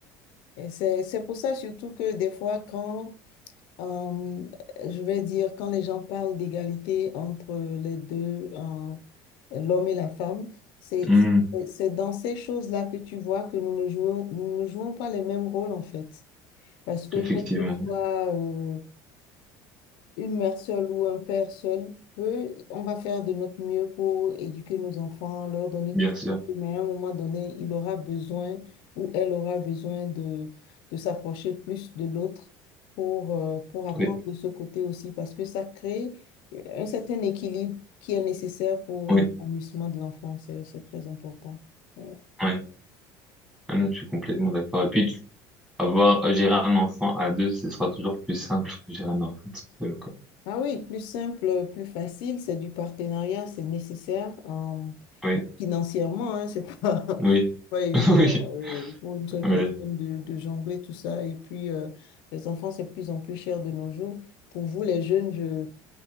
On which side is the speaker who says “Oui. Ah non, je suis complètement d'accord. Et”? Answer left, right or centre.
Centre